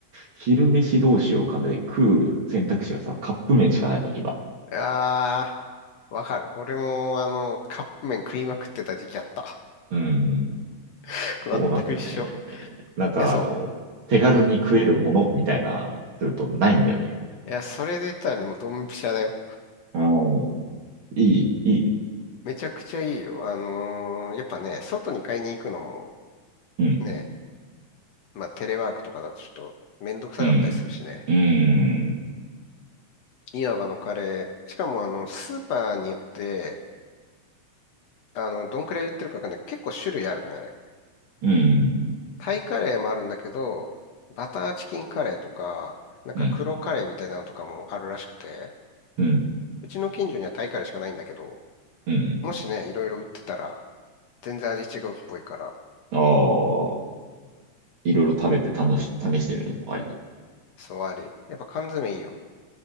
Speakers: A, on the right; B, on the left.
A: 昼飯どうしようかなで食う選択肢がさ、カップ麺しかないのよ、今。
B: あー、わかる。俺もあの、カップ麺食いまくってた時期あった。
A: うん、
B: <laughs>
A: そうなんだよね。
B: 全く一緒。
A: なんかあの、
B: いや、そ
A: 手軽に食えるものみたいな、
B: う。うん
A: するとないんだよね。
B: いや、それで言ったらね、もうドンピシャだよ。
A: うーいい、いい。
B: めちゃくちゃいいよ。あのーやっぱね、外に買いに行くのも
A: うん、
B: ね、まあテレワークとかだとちょっとめんどくさかったりするしね。
A: うん、うん、
B: いわばのカレー。しかもあの、スーパーによって、あの、どんくらい売ってるかわかんない。結構種類あるのよ、あれ。
A: うん、
B: タイカレーもあるんだけど、バターチキンカレーとか、なんか黒カレーみたいなのとかもあるらしくて、
A: うん、うん、
B: うちの近所にはタイカレーしかないんだけど、
A: うん。
B: もしね、いろいろ売ってたら、全然味違うっぽいから、
A: ああ、いろいろ食べて楽し、試してみるのもありだ。
B: そうあり。やっぱ缶詰いいよ。